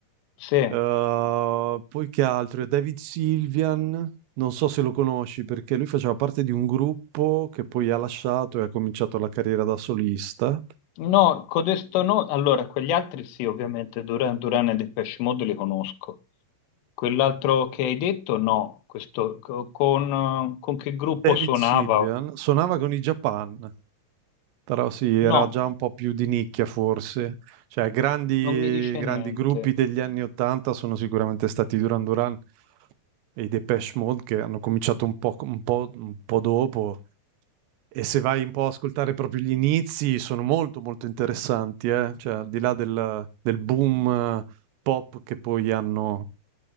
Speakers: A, on the left; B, on the right.
A: Sì,
B: Uh, poi che altro? David Sylvian, non so se lo conosci perché lui faceva parte di un gruppo che poi ha lasciato e ha cominciato la carriera da solista.
A: no, codesto no, allora quegli altri sì, ovviamente Duran Duran e Depeche Mode li conosco. Quell'altro che hai detto no, questo co- con, eh, con che gruppo
B: David
A: suonava?
B: Sylvian suonava con i Japan, però sì,
A: No,
B: era già un po' più di nicchia forse. Cioè, grandi,
A: non mi dice
B: grandi
A: niente.
B: gruppi degli anni 80 sono sicuramente stati i Duran Duran, e i Depeche Mode che hanno cominciato un po', un po', un po' dopo. E se vai un po' a ascoltare proprio gli inizi, sono molto molto interessanti, eh? Cioè, al di là del, del boom eh, pop che poi hanno,